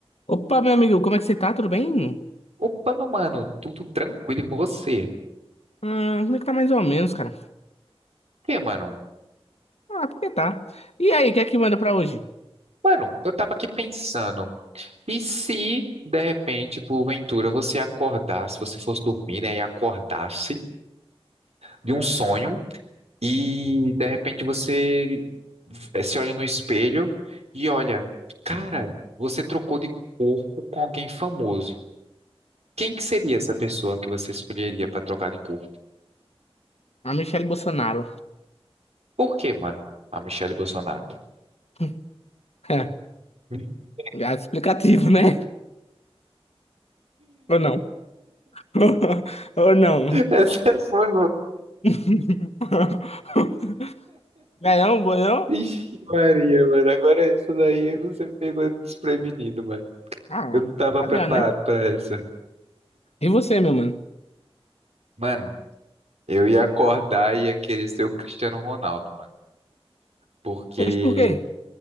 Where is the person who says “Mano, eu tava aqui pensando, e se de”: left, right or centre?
Right